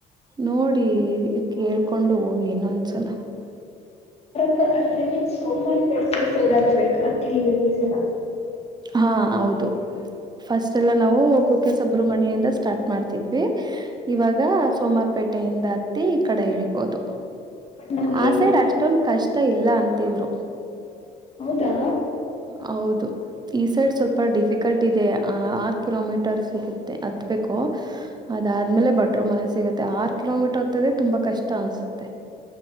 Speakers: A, on the right; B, on the left.
A: ನೋಡಿ ಕೇಳ್ಕೊಂಡು ಹೋಗಿ ಇನೋಂದ ಸಲಾ
B: ರ್ ಅಂದ್ರೆ ಮಿನ್ಸ ಸೋಮವಾರ ಪರ್ಸ್ ಸೈಡ್ ಹತ್ಬೇಕು ಅ ಕಲಿ ಬ ಈ ಸಲ
A: ಹಾ ಹೌದು ಫಸ್ಟ್ ಎಲ್ಲಾ ನಾವು ಕುಕ್ಕೆ ಸುಬ್ರಮಣ್ಯಿಂದ ಸ್ಟಾರ್ಟ್ ಮಾಡ್ತಿದ್ವಿ ಇವಾಗ ಸೋಮಾರಪೇಟೆಯಿಂದ ಹತ್ತಿ ಈ ಕಡೆ ಇಳಿಬಹುದು
B: ಬಟ್ ನಮ್ಗೇನ್
A: ಆಸೈಡ್ ಅಷ್ಟೊಂದು ಕಷ್ಟ ಇಲ್ಲ ಅಂತಿದ್ರು
B: ಹೌದಾ
A: ಹೌದು ಈ ಸೈಡ್ ಸ್ವಲ್ಪ ಡಿಫಿಕಲ್ಟ್ ಇದೆ ಆರ್ ಕಿಲೋಮೀಟರ್ ಸಿಗುತ್ತೆ ಹತ್ಬೇಕು ಅದಾದ್ಮೇಲೆ ಬಟ್ರ ಮನೆ ಸಿಗುತ್ತೆ ಆರು ಕಿಲೋಮೀಟರ್ ಹತ್ತದ ತುಂಬಾ ಕಷ್ಟಾ ಅನ್ಸುತ್ತೆ